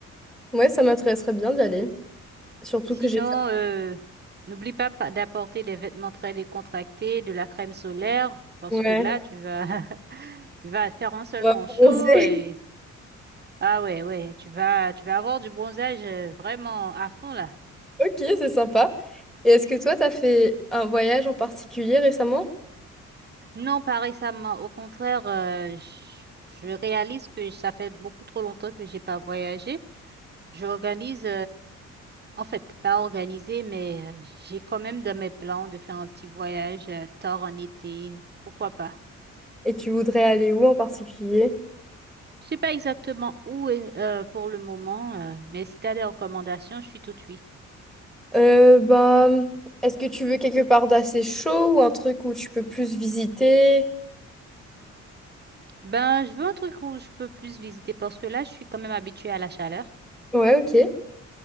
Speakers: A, in the centre; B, on the right.
A: Ouais, ça m'intéresserait bien d'y aller. Surtout
B: Sinon,
A: que j'ai...
B: euh, n'oublie pas pa- d'apporter des vêtements très décontractés, de la crème solaire, parce
A: Ouais,
B: que là, tu vas, <laughs> tu vas faire
A: <laughs>
B: un seulement
A: on va
B: chaud
A: bronzer.
B: et ah ouais, ouais, tu vas, tu vas avoir du bronzage euh, vraiment à fond là.
A: <laughs> Ok, c'est sympa. Et est-ce que toi, t'as fait un voyage en particulier récemment?
B: Non, pas récemment. Au contraire, euh, je, je réalise que ça fait beaucoup trop longtemps que j'ai pas voyagé. J'organise En fait, pas organisé, mais euh, j'ai quand même dans mes plans de faire un petit voyage euh, tard en été. Pourquoi pas?
A: Et tu voudrais aller où en particulier?
B: Je sais pas exactement où est, euh, pour le moment, euh, mais si tu as des recommandations, je suis tout oui.
A: Euh, bah, est-ce que tu veux quelque part d'assez chaud ou un truc où tu peux plus visiter?
B: Ben, je veux un truc où je peux plus visiter parce que là, je suis quand même habituée à la chaleur.
A: Ouais, ok.